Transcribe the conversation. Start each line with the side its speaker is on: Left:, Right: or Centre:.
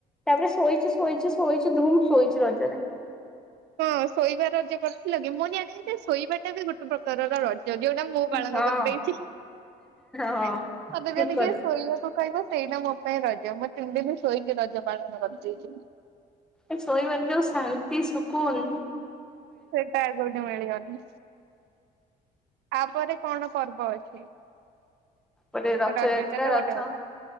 Centre: ତାପରେ ଶୋଇଛି ଶୋଇଛି ଶୋଇଛି ଧୁମ ଶୋଇଛି ରଜରେ।
Right: ହଁ ଶୋଇବା ରଜ କରିଥିଲା କି ମୁଁ ଜାଣିବି ଯେ ଶୋଇବା ଟା ବି ଗୋଟେ ପ୍ରକାର ରଜ ଯଦିଓଉଟା ମୁଁ ପାଳନ
Centre: ହଁ
Right: କରିଦେଇଛି,
Centre: ହଁ
Right: ସତ
Centre: ଠିକ
Right: ଯ ଟିକେ
Centre: କଥା
Right: ଶୋଇବାକୁ ଖାଇବା ସେଇଟା ମୋ ପାଇଁ ରଜ, ମୁଁ ତିଡି ବି ଶୋଇକି ରଜ ପାଳନ କରିଦେଇଛି।
Centre: ଏ ଶୋଇବାର ଯୋଉ ଶାନ୍ତି ଶୁକୁନ
Right: ସେଟା କୋଉଠି ମିଳିଗନି। ତାପରେ କଣ ପର୍ବ ଅଛି?
Centre: ଗୋଟେ ରଥଯାତ୍ରା
Right: ରଜ ଟା ତ
Centre: ରଥ
Right: ଗୋଟେ ଗଲା